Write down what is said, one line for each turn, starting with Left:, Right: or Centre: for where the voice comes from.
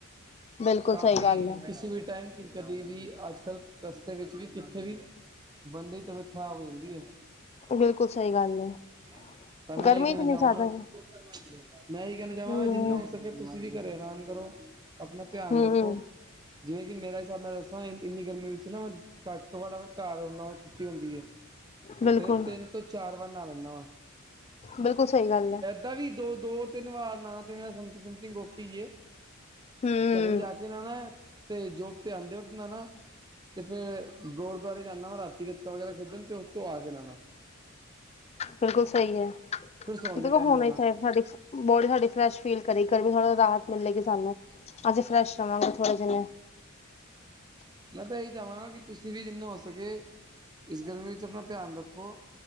Left: ਬਿਲਕੁਲ
Right: ਕਾਫੀ
Left: ਸਹੀ ਗੱਲ ਹੈ
Right: ਕਿਸੀ ਵੀ ਟਾਈਮ ਕਿਸੇ ਕਦੀ ਵੀ ਅੱਜ ਕੱਲ੍ਹ ਰਸਤੇ ਵਿੱਚ ਵੀ ਕਿੱਥੇ ਵੀ ਬੰਦੇ ਦੀ ਤਬੀਅਤ ਖ਼ਰਾਬ ਹੋ ਜਾਂਦੀ ਹੈ
Left: ਬਿਲਕੁਲ ਸਹੀ ਗੱਲ ਹੈ
Right: ਏ <unintelligible> ਤਾਂ ਮੈਂ
Left: ਗਰਮੀ
Right: ਇਹੀ ਕਹਿਣਾ
Left: ਇਤਨੀ
Right: ਚਾਹਵਾਂਗਾ
Left: ਜ਼ਿਆਦਾ ਹੈ
Right: ਮੈਂ ਇਹੀ ਕਹਿਣਾ ਚਾਹਵਾਂਗਾ
Left: ਹਮ
Right: ਜਿੰਨਾ ਹੋ ਸਕੇ ਤੁਸੀਂ ਵੀ ਘਰੇ ਆਰਾਮ ਕਰੋ ਆਪਣਾ ਧਿਆਨ
Left: ਹਮ
Right: ਰੱਖੋ ਜਿਵੇਂ ਕਿ ਮੇਰਾ ਹਿਸਾਬ ਮੈਂ ਦੱਸ ਤਾਂ ਇੰਨੀ ਗਰਮੀ ਵਿੱਚ ਨਾ ਘੱਟ ਤੋਂ ਘੱਟ ਘਰ ਹੁੰਦਾ ਵਾ ਛੁੱਟੀ ਹੁੰਦੀ ਹੈ
Left: ਬਿਲਕੁਲ
Right: ਤੇ ਤਿੰਨ ਤੋਂ ਚਾਰ ਵਾਰ ਨਾ ਲੈਂਦਾ ਵਾ
Left: ਬਿਲਕੁਲ ਸਹੀ ਗੱਲ ਹੈ।
Right: ਤਵੀ ਦੋ ਦੋ ਤਿੰਨ ਵਾਰ ਨ ਤੇ ਮੇਰਾ ਸਮਤੀ ਸੁਤੀ ਗੋਖੀ ਏ
Left: ਹਮ
Right: ਘਰੇ ਜਾ ਕੇ ਨਾ-ਨਾ ਤੇ ਜੋਬ ਤੇ ਆਉਂਦੇ ਹੋ ਅਪਣਾ-ਨਾ ਤੇ ਫੇਰ ਗੁਰਦੁਆਰੇ ਜਾਂਦਾ ਵ ਰਾਤੀ ਗਤਕਾ ਵਗੈਰਾ ਖੇਡਣ ਤੇ ਉੱਥੋਂ ਆ ਕੇ ਨਾਉਣਾ
Left: ਬਿਲਕੁਲ ਸਹੀ ਹੈ।
Right: ਫਿਰ ਸੌਣ
Left: ਦੇਖੋ
Right: ਦੇ ਟਾਈਮ
Left: ਹੋਣਾ
Right: ਨਾਨਾ।
Left: ਹੀ ਚਾਹੀਦਾ। ਸਾਡੇ ਬੋਡੀ ਸਾਡੀ ਫਰੈਸ਼ ਫੀਲ ਕਰੇਗੀ। ਗਰਮੀ ਥੋੜਾ ਰਾਹਤ ਮਿਲੇਗੀ। ਸਾਨੂੰ ਅਸੀਂ ਫਰੈਸ਼ ਰਹਾਂਗੇ ਥੋੜੇ ਜਿੰਨੇ
Right: ਮੈਂ ਤਾਂ ਇਹੀ ਚਾਹਵਾਂਗਾ ਕਿ ਤੁਸੀਂ ਵੀ ਜਿੰਨੇ ਹੋ ਸਕੇ ਇਸ ਗਰਮੀ ਵਿੱਚ ਆਪਣਾ ਧਿਆਨ ਰੱਖੋ।